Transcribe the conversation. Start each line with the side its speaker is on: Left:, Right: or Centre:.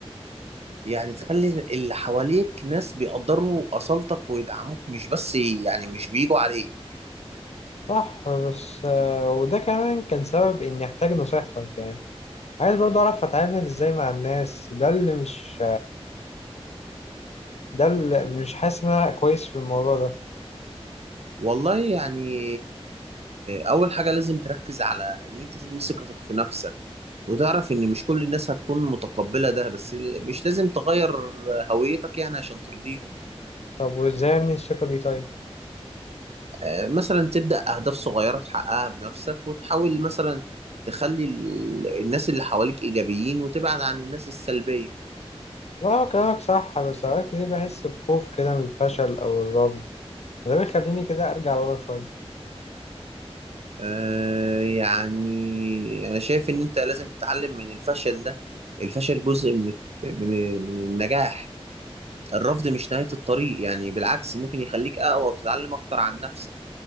Right: يعني تخلي اللي حواليك ناس بيقدروا أصالتك ويدعموك مش بس يعني مش بيجوا عليك
Left: صح بس آه، وده كمان كان سبب إني أحتاج نصيحتك يعني عايز برضه أعرف أتعامل إزاي مع الناس ده اللي مش ده اللي مش حاسس إن أنا كويس في الموضوع ده
Right: والله يعني أول حاجة لازم تركز على إن أنت تبني ثقتك في نفسك وتعرف إن مش كل الناس هتكون متقبلة ده بس مش لازم تغير هويتك يعني عشان ترضيهم
Left: طب وإزاي أبني الثقة دي طيب؟
Right: آه، مثلا تبدأ أهداف صغيرة تحققها بنفسك وتحاول مثلا تخلي ال- الناس اللي حواليك إيجابيين وتبعد عن الناس السلبية
Left: لا هو كلامك صح بس أوقات كتير بحس بخوف كده من الفشل أو الرفض ده بيخليني كده أرجع ورا شوية
Right: آه يعني أنا شايف إن أنت لازم تتعلم من الفشل ده الفشل جزء من الت- من من النجاح الرفض مش نهاية الطريق يعني بالعكس ممكن يخليك أقوى وتتعلم أكتر عن نفسك